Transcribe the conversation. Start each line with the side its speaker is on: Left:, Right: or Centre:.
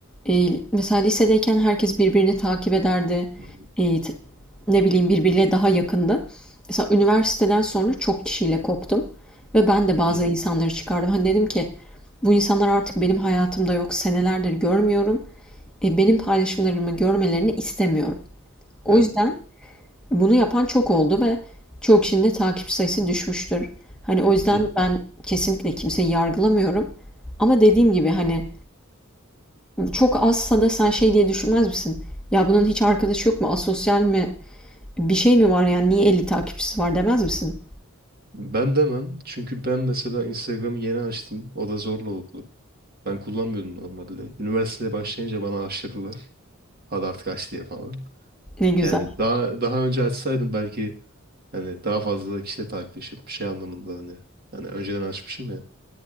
Centre: Ee, mesela lisedeyken herkes birbirini takip ederdi.
Right: Hı hı,
Centre: Ee, t- ne bileyim birbiriyle daha yakındı. Mesela üniversiteden sonra çok kişiyle koptum. Ve ben de bazı
Right: hı hı.
Centre: insanları çıkardım. Hani dedim ki bu insanlar artık benim hayatımda yok. Senelerdir görmüyorum. E, benim paylaşımlarımı görmelerini istemiyorum. O
Right: Evet.
Centre: yüzden bunu yapan çok oldu ve çoğu kişinin de takip sayısı düşmüştür. Hani o yüzden
Right: Hı hı.
Centre: ben kesinlikle kimseyi yargılamıyorum. Ama dediğim gibi hani çok azsa da sen şey diye düşünmez misin? Ya bunun hiç arkadaşı yok mu? Asosyal mi? Bir şey mi var yani? Niye elli takipçisi var demez misin?
Right: Ben demem. Çünkü ben mesela Instagram'ı yeni açtım. O da zorla oldu. Ben kullanmıyordum normalde. Üniversiteye başlayınca bana aşırdılar. Hadi artık aç diye falan.
Centre: Ne güzel.
Right: Yani daha daha önce açsaydım belki hani daha fazla kişiyle takipleşip şey anlamında hani hani önceden açmışım ya.